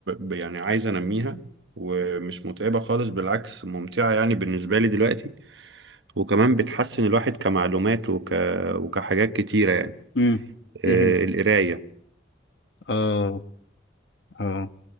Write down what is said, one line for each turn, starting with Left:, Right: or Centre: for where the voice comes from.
Right: ب- يعني عايز انميها ومش متعبة خالص بالعكس ممتعة يعني بالنسبة لي دلوقتي وكمان بتحسن الواحد كمعلومات وك وكحاجات كتيرة يعني
Left: امم ايه
Right: آه،
Left: هي
Right: القراية
Left: اه اه